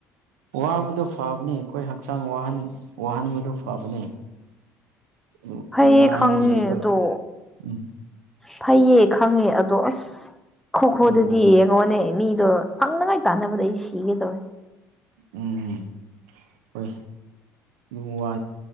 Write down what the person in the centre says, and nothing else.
ꯐꯩꯌꯦ
ꯈꯪꯉꯦ
ꯑꯗꯣ
ꯐꯩꯌꯦ ꯈꯪꯉꯦ ꯑꯗꯣ ꯑꯁ ꯈꯣꯈꯣꯗꯗꯤ
ꯌꯦꯡꯉꯣꯅꯦ ꯃꯤꯗꯣ ꯐꯪꯅꯉꯥꯏ ꯇꯥꯟꯅꯕꯗ ꯑꯩ ꯁꯤꯒꯦ ꯇꯧꯋꯦ